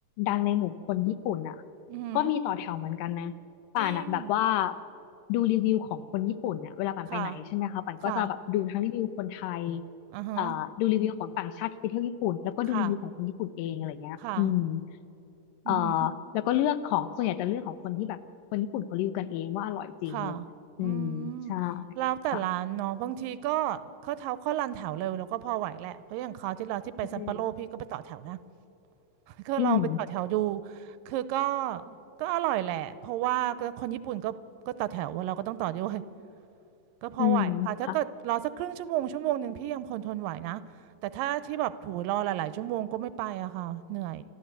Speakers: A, on the left (about 80°); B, on the right (about 80°).
A: ดังในหมู่คนญี่ปุ่นอ่ะ
B: อือหือ
A: ก็มีต่อแถวเหมือนกันนะป่านอ่ะแบบว่า
B: จริง
A: ดูรีวิวของคนญี่ปุ่นเนี่ยเวลาป่านไปไหนใช่ไหมคะป่านก็จะแบบดูทั้งรีวิวคนไทย
B: ค่ะค่ะอือฮะ
A: เอ่อดูรีวิวของต่างชาติที่ไปเที่ยวญี่ปุ่นแล้วก็ดูรีวิวของคนญี่ปุ่นเองอะไรเงี้ยอืม
B: ค่ะค่ะ
A: เอ่อแล้วก็เลือกของส่วนใหญ่จะเลือกของคนที่แบบคนญี่ปุ่นเขารีวิวกันเองว่าอร่อยจริงอะไรเงี้ยอืมใช่
B: อือหือค่ะอืมแล้วแต่ร้านเนาะบางทีก็เขาเท้าเขารันแถวเร็วแล้วก็พอไหวแหละเพราะอย่างเขาวที่เราที่ไปซัปโปโรพี่ก็ไปต่อแถวนะ
A: ค่ะอืม
B: <laughs> ก็ลองไปต่อแถวดู
A: อืม
B: คือก็ก็อร่อยแหละเพราะว่าก็คนญี่ปุ่นก็ก็ต่อแถวเราก็ต้องต่อด้วยก็พอไหวค่ะถ้าเกิดรอสักครึ่งชั่วโมงชั่วโมงหนึ่งพี่ยังพลทนไหวนะแต่ถ้าที่แบบถูรอหลายๆชั่วโมงก็ไม่ไปอะค่ะเหนื่อย
A: อืมค่ะ